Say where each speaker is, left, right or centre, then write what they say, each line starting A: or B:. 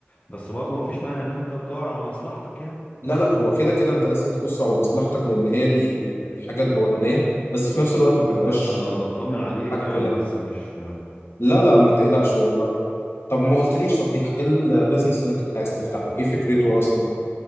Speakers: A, on the left; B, on the left.
A: بس برضه ما فيش مانع ان انت تدور على مصلحتك يعني
B: لا لا هو كده كده انت لازم تبص على مصلحتك لان هي دي ال- الحاجة الاولانية بس في نفس الوقت ما تبقاش
A: بس انا بطمن عليك
B: حاجة
A: يعني
B: كلها
A: بس مش
B: لا لا ما تقلقش والله طب ما قلتليش صحيح ايه البيزنس اللي انت كنت عايز تفتحه ايه فكرته اصلا